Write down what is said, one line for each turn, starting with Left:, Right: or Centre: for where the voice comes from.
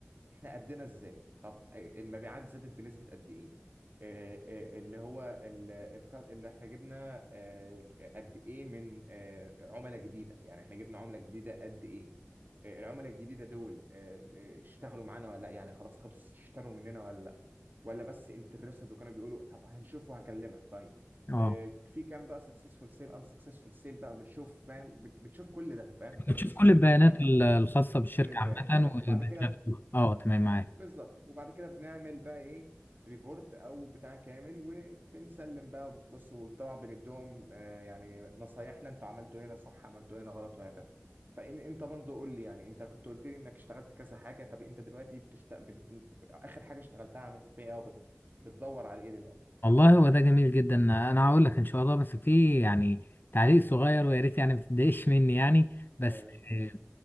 Right: احنا قدنا ازاي طب آه، المبيعات زادت بنسبه قد ايه آه، آه، اللي هو ال- الك- اللي احنا جبنا آه، قد ايه من آه، عملاء جديده يعني احنا جبنا عملاء جديده قد ايه آه، العملاء الجديده دول آه، آه، اشتغلوا معانا ولا لا يعني خلاص خلص اشتروا مننا ولا لا ولا بس انترستد وكانوا بيقولوا طب هنشوف وهكلمك طيب
Left: اه
Right: آه، في كام بقى سكسسفول سيل ان سكسسفول سيل بقى بنشوف فاهم بت- بتشوف كل ده فاهم ده
Left: بتشوف
Right: البيزنس
Left: كل البيانات
Right: انسايت
Left: ال- الخاصة بالشركة
Right: كل الب-
Left: عامة
Right: بالظبط
Left: وبيانات
Right: وبعد كده
Left: مفتوحة. اه تمام معاك
Right: بالظبط وبعد كده بنعمل بقى ايه ريبورت او بتاع كامل وبنسلم بقى بص وطبعا بنديهم آه، يعني نصايحنا انتوا عملتوا هنا صح عملتوا هنا غلط وهكذا فان انت برضه قول لي يعني انت كنت قلت لي انك اشتغلت كذا حاجه طب انت دلوقتي بتشت... بت... اخر حاجه اشتغلتها عملت فيها ايه او بت... بتدور على ايه دلوقتي
Left: والله هو ده جميل جدا انا هقول لك ان شاء الله بس في يعني تعليق صغير ويا ريت يعني ما تتضايقش مني يعني بس
Right: لا يا باشا اتفضل
Left: آه،